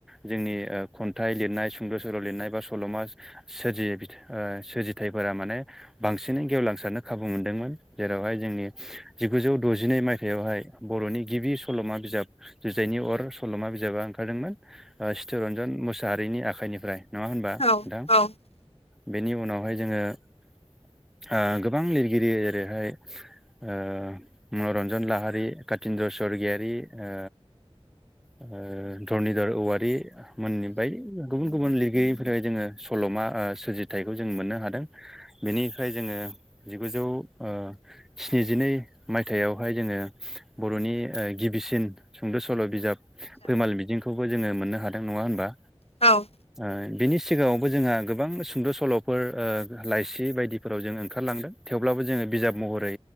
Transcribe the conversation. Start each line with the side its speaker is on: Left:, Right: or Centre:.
Centre: जोंनि खन्थाइ लिरनाय सुंद' सल' लिरनाय बा सल'मा सोरजियो सोरजिथाइफोरा माने बांसिनै गेवलांसारनो खाबु मोनदोंमोन जेरावहाय जोंनि जिगुजौ द'जिनै मायथाइयावहाय बर'नि गिबि सल'मा बिजाब जुजाइनि अर सल'मा बिजाबा ओंखारदोंमोन चितरन्जन मुसाहारिनि आखाइनिफ्राय नोंङा होनबा
Left: औ
Centre: नोंथां।
Left: औ उम
Centre: बेनि उनावहाय जोङो ओ गोबां लिरगिरि ओरैहाय ओ मनरन्जन लाहारि कातिन्द्र' सवरगियारि ओ ओ धरनिधर औवारि मोननिबाय गुबुन गुबुन लिरगिरि। बोरै जोङो सल'मा ओ सोरजिथाइखौ जों मोननो हादों। बेनिफ्राय जोङो ओ जिगुजौ ओ स्निजिनै मायथाइयावहाय जोङो ओ बर'नि ओ गिबिसिन सुंद' सल' बिजाब फैमाल मिजिंखौबो जोङो मोननो हादों नङा होनबा?
Left: औ
Centre: ओ बिनि सिगाङावबो जोंहा गोबां सुंद' सल'फोर ओ लाइसि बायदिफोराव जों ओंखारलांदों। थेवब्लाबो जोङो बिजाब महरै